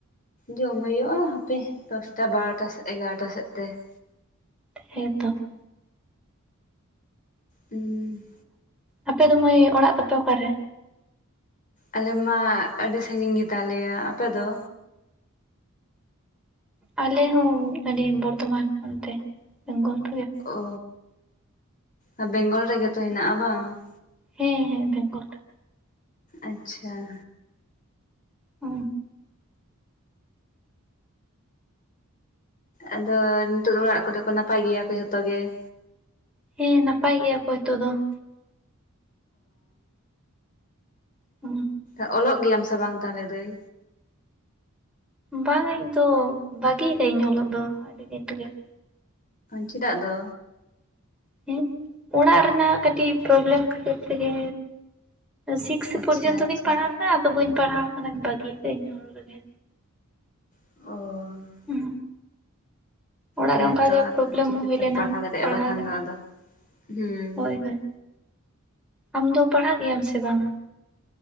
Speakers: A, on the left; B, in the centre.
A: ᱡᱚᱢ ᱦᱩᱭᱩᱜ-ᱟ ᱦᱟᱯᱮ ᱫᱚᱥᱴᱟ ᱵᱟᱨᱚᱴᱟ ᱮᱜᱟᱨᱚᱴᱟ ᱥᱮᱫ ᱛᱮ ᱾
B: ᱦᱮᱸ ᱛᱚ ᱾
A: ᱦᱩᱸ᱾
B: ᱟᱯᱮ ᱫᱚ ᱢᱟᱹᱭ ᱚᱲᱟᱜ ᱛᱟᱯᱮ ᱚᱠᱟᱨᱮ?
A: ᱟᱞᱮ ᱢᱟ ᱟᱹᱰᱤ ᱥᱟᱺᱜᱤᱧ ᱜᱮ ᱛᱟᱞᱮᱭᱟ ᱟᱯᱮ ᱫᱚ?
B: ᱟᱞᱮ ᱦᱚᱸ ᱟᱞᱮ ᱵᱚᱨᱫᱷᱚᱢᱟᱱ ᱚᱱᱛᱮ ᱵᱮᱝᱜᱚᱞ ᱾
A: ᱚ ᱟ ᱵᱮᱝᱜᱚᱞ ᱨᱮᱜᱮ ᱛᱚ ᱦᱮᱱᱟᱜ-ᱟ ᱵᱟᱝ ᱾
B: ᱦᱮᱸ ᱦᱮᱸ ᱵᱮᱝᱜᱚᱞ ᱨᱮ ᱾
A: ᱟᱪᱪᱷᱟ ᱾
B: ᱦᱩᱸ ᱾
A: ᱟᱫᱚ ᱱᱤᱛᱚᱜ ᱫᱚ ᱚᱲᱟᱜ ᱠᱚᱫᱚ ᱠᱚ ᱱᱟᱯᱟᱭ ᱜᱮᱭᱟ ᱠᱚ ᱡᱚᱛᱚ ᱜᱮ ᱾
B: ᱦᱮᱸ ᱱᱟᱯᱟᱭ ᱜᱮᱭᱟ ᱠᱚ ᱱᱤᱛᱚᱜ ᱫᱚ ᱾ ᱦᱩᱸ
A: ᱚ, ᱚᱞᱚᱜ ᱜᱮᱭᱟᱢ ᱥᱮ ᱵᱟᱝ ᱛᱟᱦᱚᱞᱮ ᱫᱟᱹᱭ?
B: ᱵᱟᱝᱟ ᱤᱧ ᱫᱚ ᱵᱟᱹᱜᱤ ᱟᱠᱟᱹᱤᱧ ᱚᱞᱚᱜ ᱫᱚ ᱟᱹᱰᱤ ᱫᱤᱱ ᱨᱮᱜᱮ ᱾
A: ᱪᱮᱫᱟᱜ ᱫᱚ?
B: ᱦᱮᱸ ᱚᱲᱟᱜ ᱨᱮᱱᱟᱜ ᱠᱟᱹᱴᱤᱡ ᱯᱨᱚᱵᱞᱮᱢ ᱠᱷᱟᱹᱛᱤᱨ ᱛᱮᱜᱮ ᱥᱤᱠᱥ
A: ᱟᱪᱪᱷᱟ
B: ᱯᱚᱨᱡᱚᱱᱛᱚ
A: ᱟᱪᱪᱷᱟ
B: ᱜᱤᱧ ᱯᱟᱲᱦᱟᱣ ᱞᱮᱱᱟ ᱟᱫᱚ ᱵᱟᱹᱧ ᱯᱟᱲᱦᱟᱣ ᱟᱠᱟᱱᱟ ᱵᱟᱹᱜᱤ ᱟᱠᱟ ᱤᱧ ᱩᱱ ᱨᱮᱜᱮ
A: ᱚ
B: ᱦᱩᱸ ᱚᱲᱟᱜ
A: ᱦᱮᱸᱛᱚ
B: ᱨᱮ ᱚᱱᱠᱟᱜᱮ
A: ᱟᱫᱚ
B: ᱯᱨᱚᱵᱞᱮᱢ
A: ᱪᱤᱠᱟᱹᱛᱮᱢ
B: ᱦᱩᱭ ᱞᱮᱱᱟ
A: ᱯᱟᱲᱦᱟᱣ ᱫᱟᱲᱮᱭᱟᱜ-ᱟ ᱵᱟᱠᱷᱟᱱ
B: ᱨᱮᱱᱟᱜ
A: ᱫᱚ ᱟᱫᱚ ᱦᱮᱸ
B: ᱦᱳᱭ ᱦᱳᱭ ᱟᱢ ᱫᱚ ᱯᱟᱲᱦᱟᱜ ᱜᱮᱭᱟᱢ ᱥᱮ ᱵᱟᱝ-ᱟ?